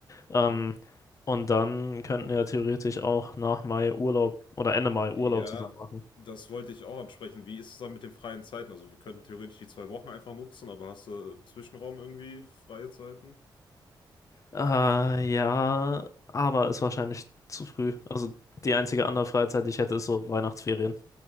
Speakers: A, on the left; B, on the left.
A: Ähm,
B: Hm?
A: und dann könnten wir ja theoretisch auch nach Mai Urlaub oder Ende Mai Urlaub
B: Ja,
A: zusammen machen.
B: das wollte ich auch ansprechen. Wie ist es dann mit den freien Zeiten? Also wir könnten theoretisch die zwei Wochen einfach nutzen, aber hast du im Zwischenraum irgendwie freie Zeiten?
A: Äh, ja, aber ist wahrscheinlich zu früh. Also die einzige andere Freizeit, die ich hätte, ist so Weihnachtsferien.